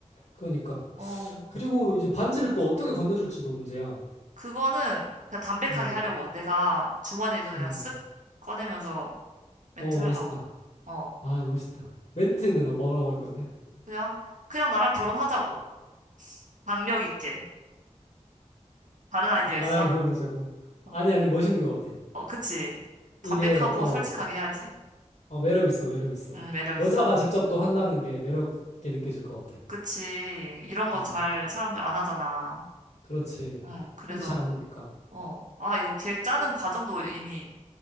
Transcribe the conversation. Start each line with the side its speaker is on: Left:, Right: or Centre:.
Left: 그러니까.
Right: 어,
Left: 그리고 이제 반지를
Right: 프로포즈.
Left: 또 어떻게 건네줄지도 문제야.
Right: 그거는 그냥 담백하게
Left: 음,
Right: 하려고. 내가 주머니에서 그냥
Left: 음.
Right: 쓱 꺼내면서 멘트
Left: 어, 멋있다.
Right: 하려고. 어,
Left: 아, 멋있다. 멘트는 뭐, 뭐라고 할 건데?
Right: 그냥, 그냥 나랑 결혼하자고. 강력 있게. 다른 아이디어
Left: 아,
Right: 있어?
Left: 나랑 결혼하자고.
Right: 어,
Left: 아니, 아니, 멋있는 것 같아.
Right: 어, 그치. 담백하고
Left: 이게, 어,
Right: 솔직하게 해야지.
Left: 어, 매력 있어, 매력 있어.
Right: 음, 매력 있어.
Left: 여자가 직접 또 한다는 게 매력 있게 느껴질 것 같아.
Right: 그치. 이런 거
Left: 음,
Right: 잘 사람들 안 하잖아.
Left: 그렇지.
Right: 응, 그래서,
Left: 흔치 않으니까.
Right: 어. 아, 이거 계획 짜는 과정도 이미